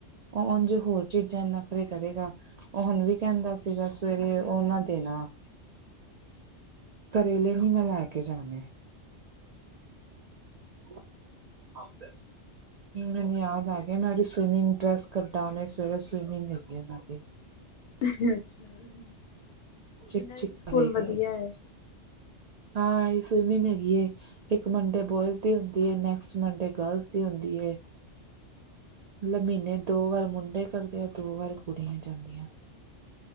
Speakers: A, on the right; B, on the left.
A: ਉਹ ਉਂਜ ਹੋਰ ਚੀਜ਼ਾਂ ਚ ਨਖਰੇ ਕਰੇਗਾ ਓਹ ਹੁਣ ਵੀ ਕਹਿੰਦਾ ਸੀਗਾ ਸਵੇਰੇ ਓਹ ਨਾ ਦੇਣਾ ਕਰੇਲੇ ਵੀ ਬਣਾ ਕੇ ਜਾਣੇ <inaudible> ਮੈਨੂੰ ਯਾਦ ਆ ਗਿਆ ਮੈਂ ਸਵੀਮਿੰਗ ਡਰੈੱਸ ਕੱਢਾ ਉਣੇ ਸਵੇਰੇ ਸਵੀਮਿੰਗ ਹੈਗੀ ਇਹਨਾਂ ਦੀ
B: ਅੱਛਾ ਜੀ
A: ਚਿਕ
B: ਇਹਨਾਂ
A: ਚਿਕ
B: ਦਾ ਵੀ ਸਕੂਲ
A: ਕਰੇਗਾ
B: ਵਧੀਆ ਹੈ
A: ਹਾਂ ਇਹ ਸਵੀਮਿੰਗ ਹੈਗੀ ਐਂ ਇੱਕ ਮੰਡੇ ਬੋਇਜ਼ ਦੀ ਹੁੰਦੀ ਹੈ ਨੈਕਸਟ ਮੰਡੇ ਗਰਲਜ਼ ਦੀ ਹੁੰਦੀ ਹੈ ਮਤਲਬ ਮਹੀਨੇ ਦੋ ਚ ਵਾਰ ਮੁੰਡੇ ਕਰਦੇ ਆ ਦੋ ਵਾਰ ਕੁੜੀਆਂ ਜਾਂਦੀਆਂ